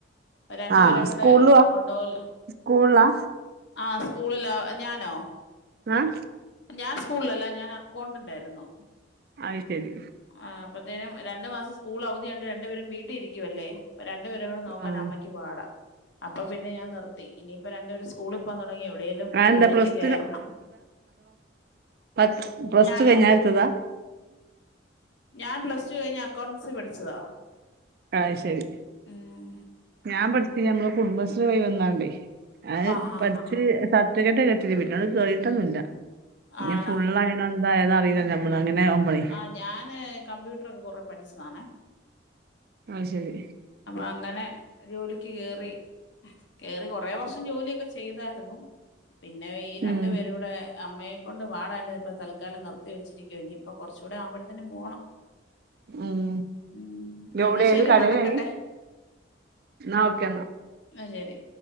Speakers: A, on the left (about 65°); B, on the right (about 50°).
A: അപ്പൊ രണ്ടു
B: ആഹ്
A: പേരേം കൂടെ
B: സ്കൂളുവാ
A: കൊണ്ടുപോവില്ല
B: സ്കൂളിലാ
A: ആ സ്കൂളിലാ ഞാനോ
B: ആഹ്
A: ഞാൻ സ്കൂളിലല്ലഞാൻ അക്കൗണ്ടന്റായിരുന്നു
B: ആയി ശെരി
A: ആ്ഹ് അപ്പത്തെനും രണ്ണ്ട്മാസം സ്കൂൾഅവധിയാണ്ട് രണ്ടപേരും വീട്ടിഇരിക്കുവല്ലേഅപ്പൊ രണ്ടുപേരെകുടി നോക്കാൻമ്മക്
B: ആഹ്
A: ക്പാടാ അപ്പൊ പിന്നെ ഞാൻ നിർത്തി ഇനിയിപ്പരണ്ടേരെസ് സ്കൂളി പോവാതൊടങ്ങിയാ എവിടെലും
B: അതെന്താ
A: ജോലിക്ക്
B: പ്ലസ്
A: കേറണം
B: പത്ത്പ്ലസ്ടു
A: ഞാനോ
B: കഴിഞ്ഞരെ എടുത്താത
A: ഞാൻ പ്ലസ്ടു കഴിഞ് അക്കൗണ്ട്സി പഠിച്ചതാ
B: അയ് ശെരി
A: ഉം
B: ഞാൻപഠിച്ച ഞമ്മള് കുടുംബശ്രീവഴിവന്നാണ്ടേ അയ്പഠിച്
A: ആഹാ ഹാ ഹാ
B: സർട്ടിഫിക്കററ്റൊക്കെ കിട്ടികന് പിനാണ്ട് കേറിട്ടൊന്നുല്ലപിന്നെ
A: ആണോ
B: ഫുള്ളായി ന്നന്തായാതന്നറിയില്ലല്ലോ നമ്മള് അങ്ങനാവുമ്പള്
A: ആയ് ഞാാന് കമ്പ്യൂട്ടറൊ ക്കെകൊറെ പഠിച്ചതാണേ
B: ആയ് ശരി
A: അപ്പങ്ങനെ ജോലിക്ക് കേറി കേറി കൊറെവർഷം ജോലിയൊക്കെ ചെയ്തായിരുന്നു പിന്നെ ഈ രണ്ടുപേരൂടെ
B: ഉം
A: അമ്മയെക്കകൊണ്ട്പാടായിണ്ട് ഇപ്പ തൽക്കാലം നിർത്തിവച്ചിരിക്കുവ ഇനിയിപ്പൊ കൊറച്ചുകൂടെ ആുമ്പോഴത്തന്നെ പോണം
B: ഉം
A: ഉം
B: എവിടെര്
A: എന്നാ ശരി
B: ന്നകടലേര്ന്ന്
A: നടക്കട്ടെ
B: ഇന്നാ ഓക്കേ
A: ന്ന ശെരി